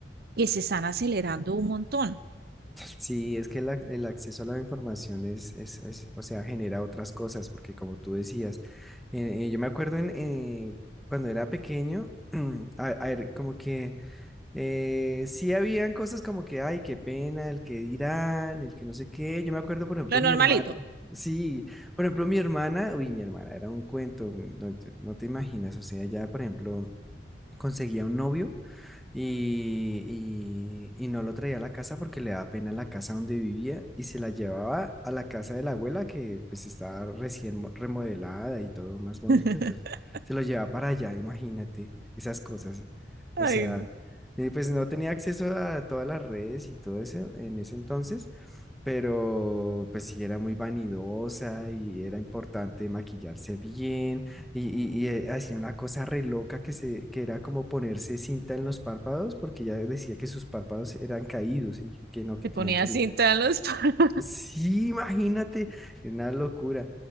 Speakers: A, on the right; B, in the centre.
A: que se están acelerando un montón.
B: Sí, es que el, ac- el acceso a la información es, es, es, o sea, genera otras cosas, porque como tú decías, eh, eh, yo me acuerdo en, eh, cuando era pequeño, <clears throat> a, a ver, como que eh, sí habían cosas como que, ay, qué pena, el que dirán, el que no sé qué. Yo me acuerdo, por ejemplo,
A: Lo normalito.
B: mi hermana, sí, por ejemplo, mi hermana, uy, mi hermana era un cuento, no, no te imaginas, o sea, ya, por ejemplo, conseguía un novio y, y- y no lo traía a la casa porque le daba pena la casa donde vivía y se la llevaba a la casa de la abuela que pues estaba recién mo- remodelada y todo más bonito,
A: <laughs>
B: entonces se lo llevaba para allá, imagínate esas cosas.
A: Ay,
B: O sea,
A: no.
B: eh, pues no tenía acceso a todas las redes y todo eso en ese entonces, pero pues sí era muy vanidosa y era importante maquillarse bien y, y, y, eh, hacía una cosa re loca que, se, que era como ponerse cinta en los párpados porque ya decía que sus párpados eran caídos y, y que no, que
A: se
B: tenía
A: ponía
B: que... l-
A: cinta en los... <laughs>
B: Sí, imagínate, una locura.